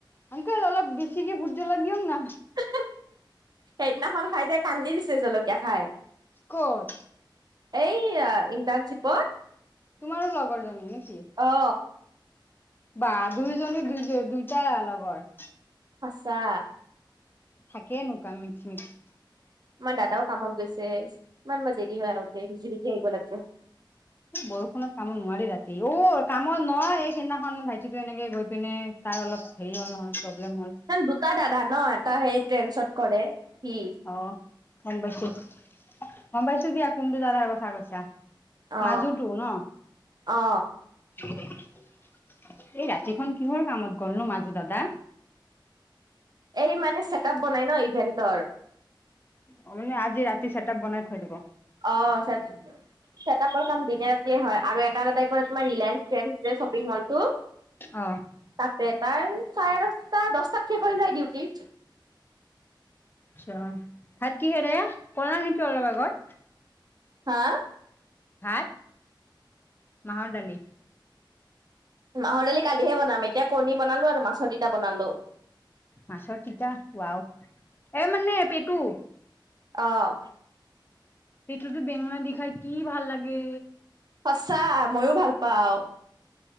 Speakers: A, on the left (about 25°); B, on the right (about 55°).
A: আংকুল অলপ বেছি যে ভুটজলক দিয়ক না?
B: হা হা, সেইদিনাখন খাই যে কান্দি দিছে জলকীয়া খাই।
A: ক'ত?
B: এই আ ইণ্টাৰ্ণশ্বিপত।
A: তোমাৰো লগৰজনী নেকি?
B: অ
A: বা দুইজনী দুই দুইটাই লগৰ।
B: সঁচা।
A: থাকে এনেকুৱা মিক্স - মিক্স।
B: আমাৰ দাদাও কামত গৈছে, ইমান বা দেৰি হয় আহোতে বুজি - বুজি আহিব লাগিব।
A: বৰষুণত কামত নোৱাৰি ৰাতি, অ কামত নয় এই সিদিনাখন ভাইটিটো এনেকে গৈ পিনে তাৰ অলপ হেৰি হ'ল নহয় প্ৰব্লেম হ'ল।
B: ইমান দুটা দাদা ন, এটা সেই ট্ৰেনছত কৰে সি
A: অ গম পাইছো, গম পাইছো দিয়া কোনটো দাদাৰ কথা কৈছা।
B: অ
A: মাজোটো ন?
B: অ
A: এই ৰাতিখন কিহৰ কামত গ'ল নো মাজু দাদা?
B: এই মানে ছেট আপ বনাই ন ইভেণ্টৰ।
A: অ মানে আজি ৰাতি চেতাপ বনাই থৈ দিব।
B: অ চেট - চেটআপৰ কাম দিনে ৰাতিয়ে হয় আৰু এটা দাদাই কৰে তোমাৰ ৰিলায়েঞ্চ ফ্ৰেন যে শ্বপিং মলটো
A: অ।
B: তাতে তাই চাৰে দশটা দচটাত শেষ হৈ যায় ডিউটি।
A: আঁচ্ছা, ভাত কি হেৰায়া কলা নেকি অলপ আগত?
B: হা?
A: ভাত মাহৰ ডালি।
B: মাহৰ দালি কালিহে বনাম এতিয়া কণী বনালো আৰু মাছৰ তিটা বনালো।
A: মাছৰ তিতা ওৱাও, এ মানে পেটু
B: অ',
A: সেইটোত বেঙনা দি খাই কি ভাল লাগে।
B: সঁচা মইয়ো ভাল পাও।